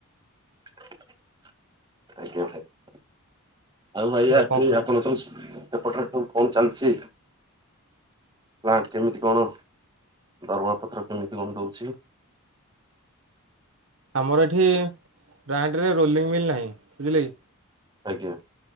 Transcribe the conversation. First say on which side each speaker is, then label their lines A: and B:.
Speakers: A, on the right; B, on the right.
A: <unintelligible> ଆଜ୍ଞା ଭାଇ <unintelligible>
B: ଆଉ କଣ ଖ
A: ସେପଟରେ ସବୁ କଣ ଚାଲିଛି? ପ୍ଲାଣ୍ଟ କେମିତି କଣ ଦରମା ପତ୍ର କେମିତି କଣ ଦଉଛି ‌?
B: ଆମର ଏଠି ପ୍ଲାଣ୍ଡରେ ରୋଲିଂ ମିଲ୍ ନାହିଁ, ବୁଝିଲେକି?
A: ଆଜ୍ଞା।